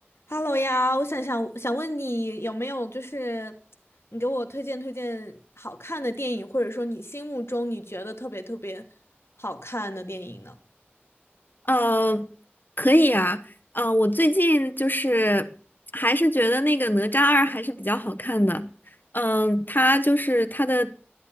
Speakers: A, on the left (about 75°); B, on the left (about 50°).
A: 哈喽呀，我想想想问你有没有就是你给我推荐推荐好看的电影，或者说你心目中你觉得特别特别好看的电影呢？
B: 呃，可以啊，呃，我最近就是还是觉得那个哪吒二还是比较好看的，嗯、它就是它的